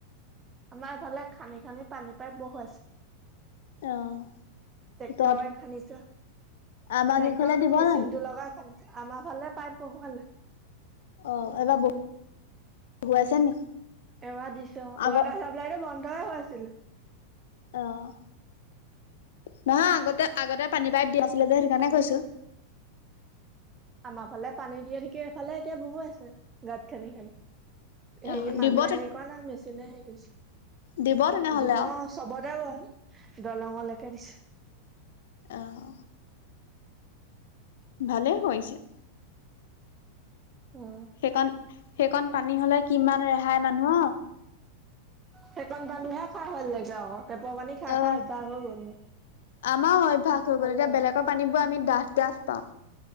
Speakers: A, on the right; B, on the left.
A: আমাৰ ইফালে খান্দি-খান্দি পানী পাইপ বহুৱাইছে',
B: অ'
A: টেক্টৰে
B: তত
A: খান্দিছে', টেক্টৰত
B: আমাৰ কেইঘৰলে দিব
A: মেচিনটো
B: জানো?
A: লগাই খান্দিছে, আমাৰ ফালে পাইপ বহুৱালে',
B: অহ এইবাৰ বহু বহুৱাইছে <unintelligible> ছে নি?
A: এবাৰ দিছে অ',
B: আগত
A: ৱাটাৰ চাপ্লাইতটো বন্ধই হৈ আছিল।
B: অহ, নহয় আগতে, আগতে পানী পাইপ দিয়া আছিলে যে, সেইকাৰণে কৈছো।
A: আমাৰ ফালে পানী দিয়ে ঠিকেই এইফালে এতিয়া বহুৱাই আছে, গাঁত খানি খানি। হেৰি
B: অ'
A: মানুহে
B: দিব তে
A: হেৰি কৰা নাই, মেচিনে হেৰি কৰিছে,
B: দিব তেনেহ'লে
A: দিব
B: আৰু
A: চবতে গ'ল, দলংলৈকে দিছে।
B: অহ। ভালেই কৰিছে।
A: অ'হ।
B: সেইকণ, সেইকণ পানী হলে কিমান ৰেহাই মানুহৰ।
A: সেই কণ পানীহে খাই ভাল লাগে আক, টেপৰ পানী খাই
B: অ'হ,
A: খাই অভ্যাস হৈ গ'ল মোৰ
B: আমাৰ অভ্যয়াস হৈ
A: ভাল
B: গ'ল, এতিয়া
A: লাগে
B: বেলেগৰ পানীবোৰ আমি ডাঠ ডাঠ পাওঁ।